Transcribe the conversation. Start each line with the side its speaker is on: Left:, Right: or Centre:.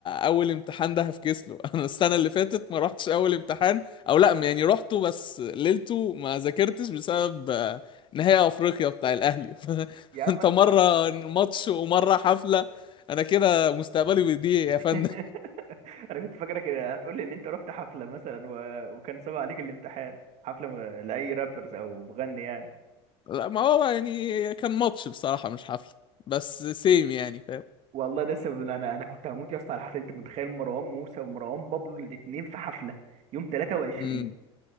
Left: اول امتحان ده هفكس له <laughs> انا السنه اللي فاتت ما رحتش اول امتحان او لا يعني رحته بس ليلته ما ذاكرتش بسبب آه، نهائي افريقيا بتاع الاهلي <laughs>
Right: يا عم
Left: فانت مره ماتش ومره حفله انا كده مستقبلي بيضيع يا
Right: <laughs>
Left: فندم
Right: انا كنت فاكرك هتقول لي ان انت رحت حفله مثلا و... وكان صعب عليك الامتحان حفله م- لاي رابرز او مغني يعني
Left: <laughs> لا ما هو يعني كان ماتش بصراحه مش حفله بس سيم يعني فاهم
Right: والله ده سبب انا انا كنت هموت يا اسطى على حفله انت متخيل مروان موسى ومروان بابلو الاثنين في حفله يوم 23
Left: مم.